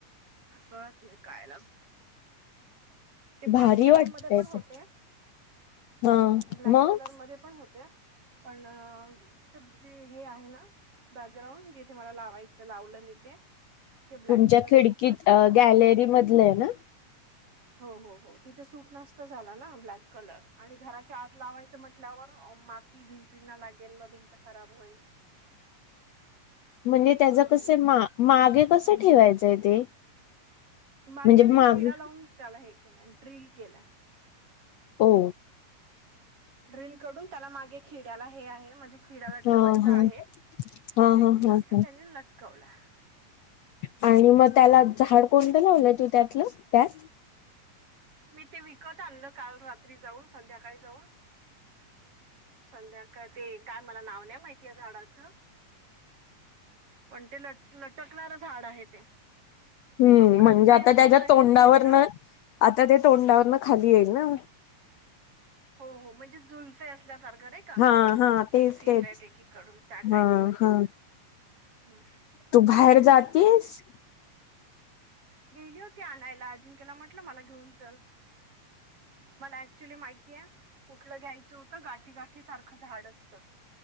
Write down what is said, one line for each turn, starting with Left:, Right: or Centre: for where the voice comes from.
Right: क काय लाव ते ब्लॅक
Left: भारी
Right: कलरमध्ये
Left: वाटतय
Right: पण होते.
Left: ते हा
Right: ब्लॅक
Left: मग
Right: कलर मध्ये पण होते. पण ते जे हे आहे ना बॅकग्राउंड जिथे मला लावायचं लावलं मी ते तिथे ब्लॅक
Left: तुमच्या
Right: कलर
Left: खिडकीत
Right: सूट नष्टत झाला
Left: गॅलरी मधलं आहे ना
Right: हो हो हो तिथे सूट नास्त झाला ना ब्लॅक कलर आणि घराच्या आत लावायचं म्हटल्यावर माती भिंतीिंना लागेल व भिंत खराब होईल
Left: <inaudible> म्हणजे त्याच
Right: म्हणून
Left: कस
Right: मी
Left: मा मागे कस ठेवायचंय ते
Right: मागे
Left: म्हणजे
Right: मी
Left: माग
Right: खिडा लावून त्याला हे केलं ड्रिल केलं
Left: हो
Right: ड्रिल करडून त्याला मागे खिड्याला हे आहे म्हणजे खिडा लटकवायचा
Left: हा हा
Right: आहे
Left: हा
Right: खिड्याची
Left: हा
Right: जागा
Left: हा हा
Right: त्यानी लटकवला
Left: आणि मग त्याला झाड कोणतं लावलंय तू त्यातलं काय
Right: मी ते विकत आणल काल रात्री जाऊन संध्याकाळी जाऊन संध्याकाळ ते काय मला नाव नाही माहिती आहे झाडाचं पण ते लट लटकणार झाड आहे ते
Left: हम्म
Right: अख्खा
Left: म्हणजे
Right: मी ते
Left: आता
Right: मोठं
Left: त्याच्या
Right: हेच
Left: तोंडावरन
Right: घेतलं
Left: आता ते तोंडावरन खाली येईल ना
Right: हो हो म्हणुजे जुलफे असल्यासारखा नाही का
Left: हा हा
Right: केस
Left: तेच
Right: येत
Left: तेच
Right: एकीडून त्या टाईप
Left: हा
Right: च
Left: हा
Right: हम् ह
Left: तू बाहेर जातेस
Right: तसच गेली होती आणायला अजिंक्यला म्हटलं मला घेऊन चल मला ऍक्च्युली माहिती कया कटलं घ्यायचं होतं गाठी गाठी सारखं झाड असतं